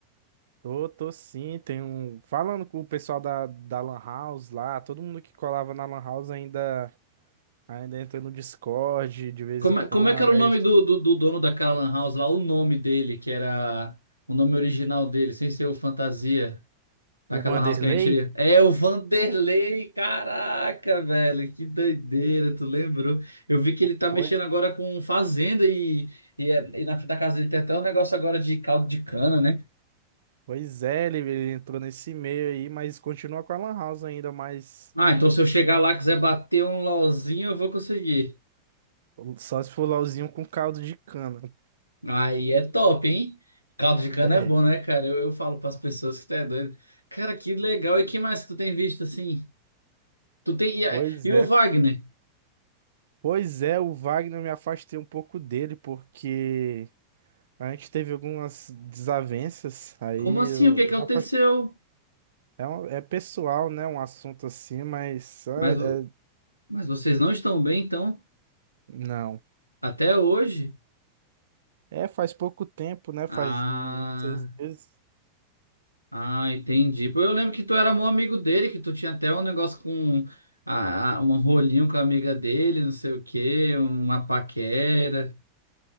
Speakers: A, on the right; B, on the left.
A: Tô, tô sim, tem um. Falando com o pessoal da, da Lan House lá, todo mundo que colava na Lan House ainda, ainda entra no Discord de vez
B: Como,
A: em quando.
B: é- como é que era o
A: Aí,
B: nome do, do, do dono daquela lan house lá? O nome dele, que era o nome original dele, sem ser o Fantasia. Naquela
A: o Vanderlei?
B: house que a gente iria. É o Vanderlei, caraca, velho, que doideira, tu lembrou? Eu vi que
A: po-
B: ele tá
A: Pois,
B: mexendo agora com fazenda e, e, é- e na frente da casa dele tem até um negócio agora de caldo de cana, né?
A: pois é, ele, ele entrou nesse meio aí, mas continua com a Lan House ainda, mas
B: Ah, então se eu chegar lá e quiser bater um LOLzinho, eu vou conseguir.
A: só se for LOLzinho com caldo de cana.
B: Aí é top, hein? Caldo de cana
A: É,
B: é bom, né, cara? Eu, eu falo pras pessoas que tu é doido. Cara, que legal. E que mais que tu tem visto assim? Tu tem. E,
A: pois
B: e
A: é.
B: o Wagner?
A: Pois é, o Wagner eu me afastei um pouco dele, porque. A gente teve algumas desavenças, aí
B: Como assim?
A: eu-
B: O que é que
A: dá
B: aconteceu?
A: pra- é, um- é pessoal, né? Um assunto assim, mas é-
B: Mas, vo-
A: é-
B: mas vocês não estão bem, então?
A: não.
B: Até hoje?
A: É, faz pouco tempo, né? Faz
B: Ah,
A: uns seis meses.
B: ah, entendi. Pô, Eu lembro que tu era meu amigo dele, que tu tinha até um negócio com a, a- um rolinho com a amiga dele, não sei o quê, uma paquera.